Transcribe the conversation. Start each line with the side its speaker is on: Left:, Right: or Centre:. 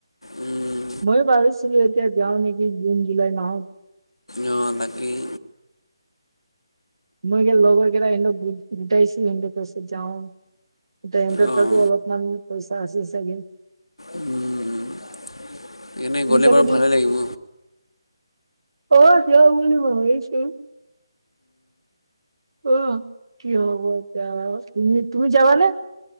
Left: উম,
Right: ময়ো ভাবিছিলো এতিয়া যাওঁ নেকি জুন জুলাই মাহত।
Left: অ', তাকেই।
Right: মই সেই লগৰ কেইটা সিহঁতক গো-গোটাইছো সিহঁতে কৈছো যাওঁ। তাতে সিহিতৰ
Left: অঁ
Right: তাতো অলপমানাম পইচা আছে চাগে
Left: উ উ এনেগ'লে
Right: সেইটো কাৰণে
Left: বাৰু ভালেই লাগিব
Right: অ যাওঁ বুলি ভাবিছো অ কি হ'ব এতিয়া তুমি তুমি যাবানে